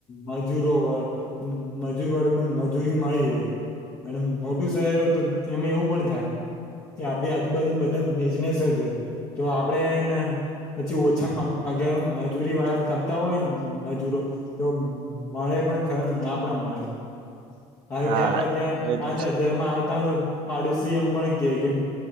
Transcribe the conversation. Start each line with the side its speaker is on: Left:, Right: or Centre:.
Left: મજૂરો હોય મજૂર વર્ગ મજૂરી મળી જાય અને મોટું શહેર હોય તો એમાં એવું પણ થાય ત્યાં આપડી આજુબાજુ બધાને બિઝનેસ જ હોય તો આપડે ને પછી ઓછામાં પગાર મજૂરી વાળા ખપતા હોય ને મજૂરો તો મળે પણ ખરે ના પણ મળે. ધારોકે
Right: હા
Left: આપડા ત્યાં
Right: એ
Left: પાંચ
Right: તો છે
Left: હજારમાં આવતા હોય તો પાડોશી એમ પણ કે કે